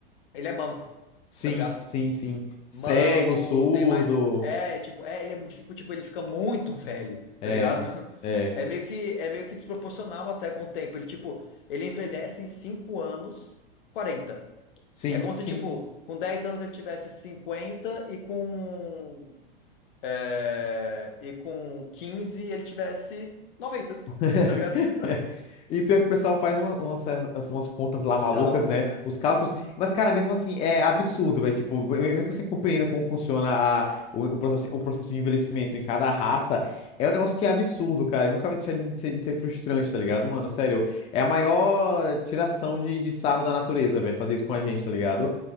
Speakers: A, on the left (about 65°); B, on the left (about 20°).
A: ele é manco,
B: Sim,
A: tá ligado?
B: sim, sim. Cego,
A: Manco,
B: surdo.
A: tem mais. É, tipo, é, ele é, tipo, tipo, ele fica muito velho,
B: É,
A: tá ligado? <laughs>
B: é.
A: É meio que, é meio que desproporcional até com o tempo. Ele, tipo, ele envelhece em 5 anos, 40.
B: Sim,
A: É como se,
B: sim.
A: tipo, com 10 anos ele tivesse 50 e com, é, e com 15 ele tivesse 90.
B: <laughs>
A: tá ligado?
B: E pior que o pessoal faz uma- umas, certas- umas contas lá
A: Os
B: malucas,
A: cálculos,
B: né?
A: né?
B: Os cálculos. Mas, cara, mesmo assim, é absurdo, velho. Tipo, me- mesmo que você compreenda como funciona a- o, o processo, o processo de envelhecimento em cada raça, é um negócio que é absurdo, cara. E nunca vai deixar de ser, de ser frustrante, tá ligado, mano? Sério, é a maior tiração de, de sarro da natureza, velho, fazer isso com a gente, tá ligado?